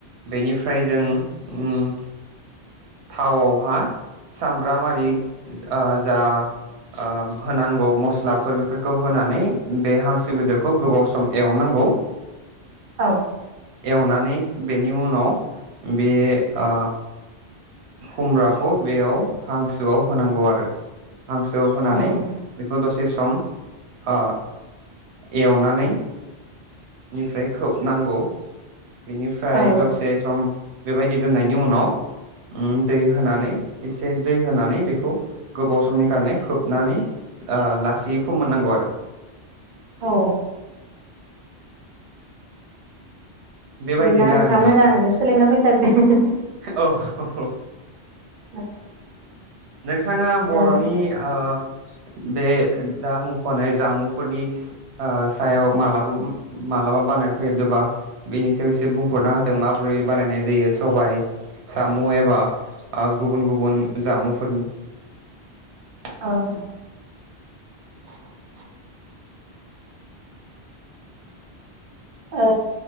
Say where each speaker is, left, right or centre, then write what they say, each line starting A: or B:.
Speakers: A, on the right (about 75°); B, on the right (about 50°).
A: बेनिफ्राय जों ओम थावआवहा सामब्रामारि ओ जा ओ होनांगौ मस्लाफोर बेफोरखौ होनानै बे हांसो बेदरखौ गोबाव सम एवनांगौ
B: औ
A: एवनानै बेनि उनाव बे ओ खुमब्राखौ बेयाव हांसोआव होनांगौ आरो हांसो होनानै
B: औ
A: बेखौ दसे सम ओ एवनानै निफ्राय खोबनांगौ बिनिफ्राय
B: औ
A: दसे सम बेबायदि दोननायनि उनाव ओम दै होनानै एसे दै होनानै बेखौ गोबाव समनि खारने खोबनानै ओ लासैै फोमोननांगौ आरो
B: औ
A: बेबायदिनो
B: बिदिब्ला नोंथाङा
A: आरो
B: मोजाङैनो सोलोंना फैथारदो <inaudible>
A: औ
B: <unintelligible>
A: नोंथाङा बर'नि
B: ओ
A: ओ बे दा मुंखनाय जामुंफोरनि ओ सायाव मालाबा मालाबा बानायफेदोबा बेनि सायाव एसे बुंहरना होदों माबोरै बानायनाय जायो सबायाइ साम एबा गुबुन गुबुन जामुंफोर <unintelligible>
B: औ
A: <inaudible>
B: ओ